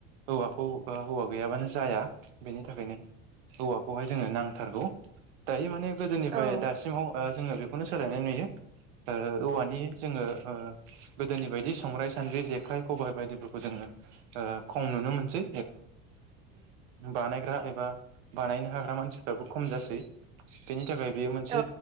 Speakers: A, on the right (about 65°); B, on the right (about 20°).
A: औवाखौ औवा गैयाबानो जाया बेनि थाखायनो औवाखौहाय जोंनो नांथारगौ दायो माने गोदोनिफ्राय
B: औ औ
A: दासिमाव ओ जोङो बे बेखौनो सोलायनाय नुयो औवानि जोङो गोदोनि बायदि संग्राइ सान्द्रि जेखाय खबाइ बायदिफोरखौ जोङो खम नुनो मोनो मोनसै बानाय एबा बानायनो हाग्रा मानसिफ्राबो खम जासै बेनि थाखाय बेयो मोनसे
B: औ